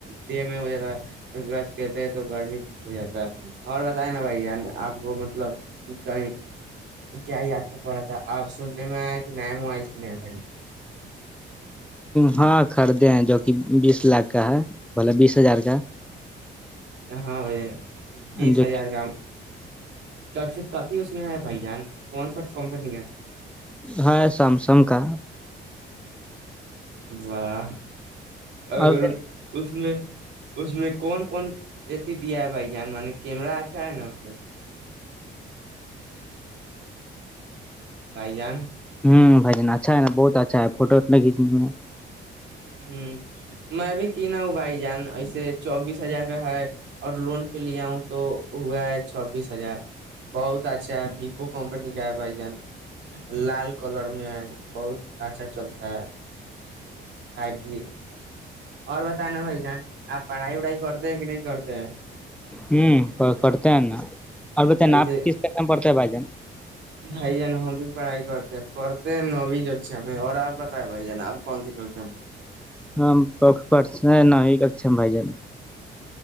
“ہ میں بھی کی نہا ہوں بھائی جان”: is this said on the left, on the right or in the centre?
Right